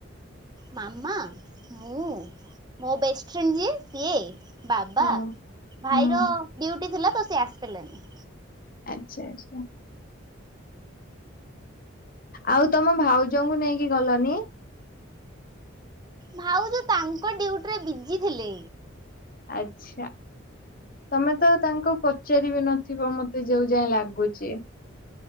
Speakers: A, on the right; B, on the left.
A: ମାମା, ମୁଁ, ମୋ ବେଷ୍ଟ୍ ଫ୍ରେଣ୍ଡ୍ ଯିଏ ସିଏ। ବାବା,
B: ହଁ
A: ଭାଇର
B: ହୁଁ
A: ଡିୟୁଟି ଥିଲା ତ ସେ ଆସିି ପାରିଲାନି।
B: ଆଚ୍ଛା ଆଚ୍ଛା। ଆଉ ତମ ଭାଉଜଙ୍କୁ ନେଇକି ଗଲନି?
A: ଭାଉଜ ତାଙ୍କ ଡ୍ୟୁଟିରେ ବିଜି ଥିଲେ।
B: ଆଚ୍ଛା। ତମେ ତ ତାଙ୍କୁ ପଚାରି ବି ନଥିବ ମତେ ଯୋଉ ଯାଏଁ ଲାଗୁଚି।